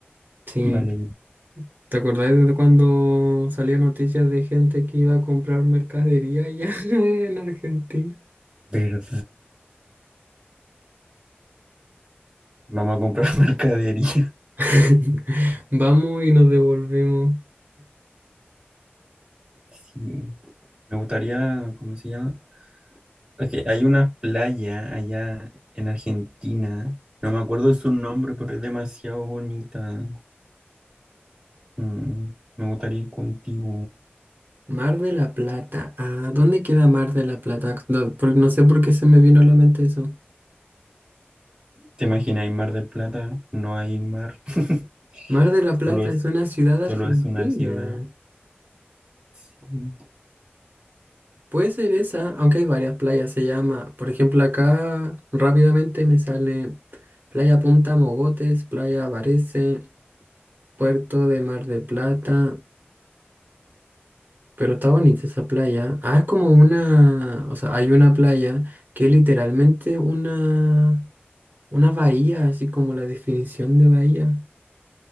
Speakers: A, on the right; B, on the right.
A: Sí.
B: vale.
A: ¿Te acordáis de cuando salía noticias de gente que iba a comprar mercadería allá <laughs> en Argentina?
B: ¿Verdad? Vamos a comprar <laughs> mercadería.
A: <laughs> Vamos y nos devolvemos.
B: Sí. Me gustaría, ¿cómo se llama? Es hay una playa allá en Argentina. No me acuerdo su nombre, pero es demasiado bonita. Mm, me gustaría ir contigo.
A: Mar de la Plata. Ah, ¿dónde queda Mar de la Plata? No, por- no sé por qué se me vino a la mente eso.
B: ¿Te imaginas, hay Mar del Plata? No hay mar. <laughs>
A: Mar de la Plata
B: Solo es,
A: es una ciudad argentina.
B: solo es una ciudad. Sí.
A: Puede ser esa, aunque hay varias playas. Se llama, por ejemplo, acá rápidamente me sale Playa Punta Mogotes, Playa Varese, Puerto de Mar de Plata. Pero está bonita esa playa. Ah, es como una, o sea, hay una playa que es literalmente una, una bahía, así como la definición de bahía.